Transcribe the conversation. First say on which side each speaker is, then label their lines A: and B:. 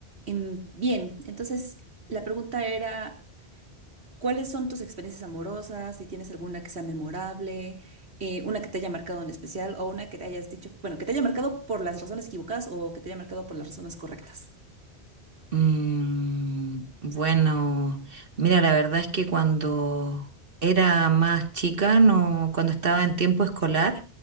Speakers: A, on the right; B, on the right.
A: Em, bien, entonces la pregunta era, ¿cuáles son tus experiencias amorosas? Si tienes alguna que sea memorable, eh, una que te haya marcado en especial o una que te hayas dicho, bueno, que te haya marcado por las razones equivocadas o que te haya marcado por las razones correctas.
B: Mm, bueno, mira, la verdad es que cuando era más chica, no, cuando estaba en tiempo escolar,